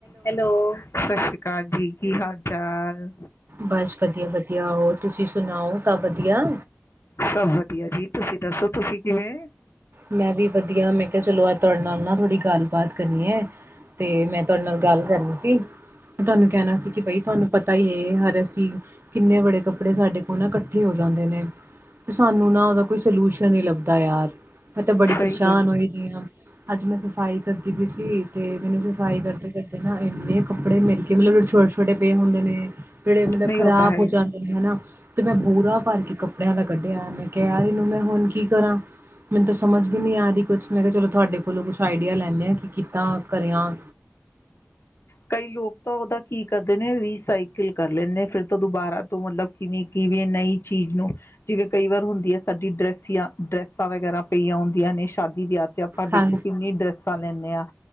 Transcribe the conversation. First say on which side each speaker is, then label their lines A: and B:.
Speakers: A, on the left (about 65°); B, on the right (about 55°).
A: Hello ਸਤ ਸ਼੍ਰੀ ਅਕਾਲ ਜੀ ਕੀ ਹਾਲ ਚਾਲ
B: ਬਸ ਵਧੀਆ ਵਧੀਆ ਹੋਰ ਤੁਸੀਂ ਸੁਣਾਓ ਸਭ ਵਧੀਆ
A: ਸਭ ਵਧੀਆ ਜੀ ਤੁਸੀਂ ਦੱਸੋ ਤੁਸੀਂ ਕਿਵੇਂ
B: ਮੈਂ ਵੀ ਵਧੀਆ ਮੈਂ ਕਿਹਾ ਚਲੋ ਅੱਜ ਤੁਹਾਡੇ ਨਾਲ ਨਾ ਥੋੜ੍ਹੀ ਗੱਲਬਾਤ ਕਰਨੀ ਹੈ ਤੇ ਮੈਂ ਤੁਹਾਡੇ ਨਾਲ ਗੱਲ ਕਰਨੀ ਸੀ ਤੁਹਾਨੂੰ ਕਹਿਣਾ ਸੀ ਕਿ ਬਈ ਤੁਹਾਨੂੰ ਪਤਾ ਹੀ ਹੈ ਹਰ ਕਿੰਨੇ ਬੜੇ ਕੱਪੜੇ ਸਾਡੇ ਕੋਲ ਨਾ ਇਕੱਠੇ ਹੋ ਜਾਂਦੇ ਨੇ ਤੇ ਸਾਨੂੰ ਨਾ ਉਹਦਾ ਕੋਈ ਸੋਲਿਊਸ਼ਨ ਨੀ ਲੱਭਦਾ ਯਾਰ ਮੈਂ ਤੇ ਬੜੀ
A: ਸਹੀ
B: ਪਰੇਸ਼ਾਨ ਹੋਈ ਦੀ ਆਂ ਅੱਜ ਮੈਂ ਸਫ਼ਾਈ ਕਰਦੀ ਪਈ ਸੀ ਤੇ ਮੈਨੂੰ ਸਫ਼ਾਈ ਕਰਦੇ ਕਰਦੇ ਨਾ ਇੰਨੇ ਕੱਪੜੇ ਮਿਲ ਕੇ ਮਤਲਬ ਜ ਛੋਟੇ ਛੋਟੇ ਪਏ ਹੁੰਦੇ ਨੇ ਜਿਹੜੇ ਮਤਲਬ
A: ਨਹੀਂ
B: ਖ਼ਰਾਬ
A: ਹੋਤਾ ਹੈ ਹੀ
B: ਹੋ ਜਾਂਦੇ ਨੇ ਹਨਾ ਅਤੇ ਮੈਂ ਬੋਰਾ ਭਰ ਕੇ ਕੱਪੜਿਆਂ ਦਾ ਕੱਢਿਆ ਏ ਮ ਕਿਹਾਰੀ ਨੂੰ ਮੈਂ ਹੁਣ ਕੀ ਕਰਾਂ ਮੈਨੂੰ ਤਾਂ ਸਮਝ ਵੀ ਨਹੀਂ ਆ ਰਹੀ ਕੁਛ ਮੈਂ ਕਿਹਾ ਚਲੋ ਤੁਹਾਡੇ ਕੋਲੋਂ ਕੁਛ ਆਈਡੀਆ ਲੈਂਦੇ ਹਾਂ ਕਿ ਕਿੱਦਾਂ ਕਰਿਆ
A: ਕਈ ਲੋਕ ਤਾਂ ਉਹਦਾ ਕੀ ਕਰਦੇ ਨੇ ਰੀਸਾਈਕਲ ਕਰ ਲੈਂਦੇ ਫਿਰ ਤਾਂ ਦੁਬਾਰਾ ਤੋਂ ਮਤਲਬ ਕਿਵੇਂ ਕਿਵੇਂ ਨਈ ਚੀਜ਼ ਨੂੰ ਜਿਵੇਂ ਕਈ ਵਾਰ ਹੁੰਦੀ ਹੈ ਸਾਡੀ ਡਰਸੀਆਂ ਡਰੈਸਾਂ ਵਗੈਰਾ ਪਈਆਂ ਹੁੰਦੀਆਂ ਨੇ ਸ਼ਾਦੀ ਵਿਆਹ ਚ ਆਪਾਂ ਦੇਖੋ
B: ਹਾਂ
A: ਕਿੰਨੀ ਡਰੈਸਾਂ ਲੈਂਦੇ ਹਾਂ